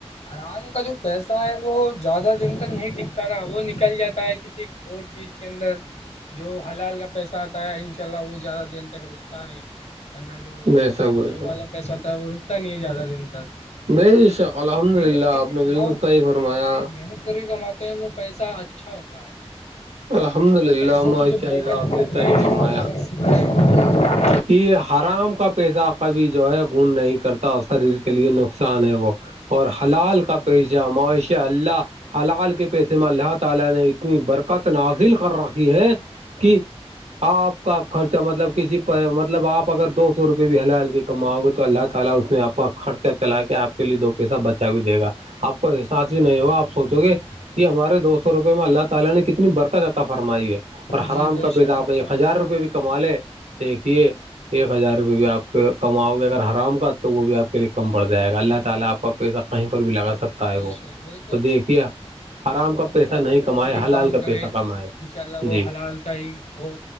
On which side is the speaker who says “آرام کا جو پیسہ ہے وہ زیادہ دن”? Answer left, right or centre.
Left